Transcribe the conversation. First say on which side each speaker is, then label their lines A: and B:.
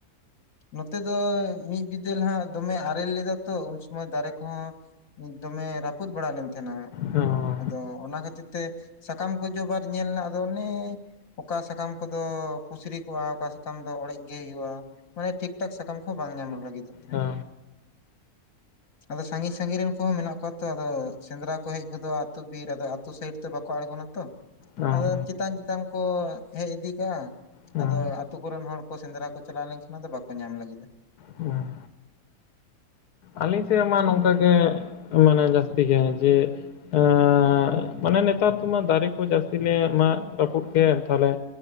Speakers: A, on the left; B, on the left.
A: ᱱᱚᱛᱮ ᱫᱚ ᱢᱤᱫ ᱵᱤᱫᱟᱹᱞ ᱦᱟᱸᱜ ᱫᱚᱢᱮ ᱟᱨᱮᱞ ᱞᱮᱫᱟ ᱛᱚ ᱩᱱ ᱥᱚᱢᱚᱭ ᱫᱟᱨᱮ ᱠᱚᱦᱚᱸ ᱢᱤᱫ ᱫᱚᱢᱮ ᱨᱟ ᱯᱩᱫ ᱵᱟᱲᱟ ᱞᱮᱱ ᱛᱟᱦᱮᱸᱱᱟ
B: ᱦᱚᱸ
A: ᱟᱫᱚ ᱚᱱᱟ ᱠᱷᱟᱹᱛᱤᱨ ᱛᱮ ᱥᱟᱠᱟᱢ ᱠᱚ ᱡᱚ ᱵᱟᱨ ᱧᱮᱞ ᱱᱟ ᱫᱚ ᱚᱱᱮ ᱚᱠᱟ ᱥᱟᱠᱟᱢ ᱠᱚᱫᱚ ᱯᱩᱥᱨᱤ ᱠᱚᱜ-ᱟ ᱚᱠᱟ ᱥᱟᱠᱟᱢ ᱫᱚ ᱚᱲᱮᱡ ᱜᱮ ᱦᱩᱭᱩᱜ-ᱟ ᱢᱟᱱᱮ ᱴᱷᱤᱠ ᱴᱷᱟᱠ ᱥᱟᱠᱟᱢ ᱠᱚᱦᱚ ᱵᱟᱝ ᱧᱟᱢ ᱞᱟᱹᱜᱤᱫᱚᱜ ᱛᱟᱦᱮᱸᱫ
B: ᱦᱚᱸ
A: ᱟᱫᱚ ᱥᱟᱸᱜᱤᱧ ᱥᱟᱸᱜᱤᱧ ᱨᱮᱱ ᱠᱚᱦᱚᱸ ᱢᱮᱱᱟᱜ ᱠᱚᱣᱟ ᱛᱚ ᱟᱫᱚ ᱥᱮᱸᱫᱽᱨᱟ ᱠᱚ ᱦᱮᱡ ᱜᱚᱫᱚᱜ-ᱟ ᱟᱹᱛᱩ ᱵᱤᱨ ᱟᱫᱚ ᱟᱹᱛᱩ ᱥᱟᱭᱤᱰ ᱛᱚ ᱵᱟᱠᱚ ᱟᱲᱜᱚᱱ ᱟᱛᱚ
B: ᱦᱚᱸ
A: ᱟᱫᱚ ᱪᱮᱛᱟᱱ ᱪᱮᱛᱟᱱ ᱠᱚ ᱦᱮᱡ ᱤᱫᱤ ᱠᱟᱜ-ᱟ
B: ᱦᱚᱸ
A: ᱟᱫᱚ ᱟᱹᱛᱩ ᱠᱚᱨᱮᱱ ᱦᱚᱲ ᱠᱚ ᱥᱮᱸᱫᱽᱨᱟ ᱠᱚ ᱪᱟᱞᱟᱣ ᱞᱮᱱᱠᱷᱟᱱ ᱟᱫᱚ ᱵᱟᱠᱚ ᱧᱟᱢ ᱞᱟᱹᱜᱤᱫᱟ
B: ᱵᱟᱝ ᱟᱹᱞᱤᱧ ᱥᱮᱜ ᱢᱟ ᱱᱚᱝᱠᱟᱜ ᱜᱮ ᱢᱟᱱᱮ ᱡᱟᱹᱥᱛᱤ ᱜᱮ ᱡᱮ ᱮᱜ ᱢᱟᱱᱮ ᱱᱮᱛᱟᱨ ᱫᱚᱢᱟ ᱫᱟᱨᱮ ᱠᱚ ᱡᱟᱹᱥᱛᱤ ᱞᱮ ᱢᱟᱜ ᱨᱟᱹᱯᱩᱫ ᱠᱮᱫ ᱛᱟᱞᱦᱮ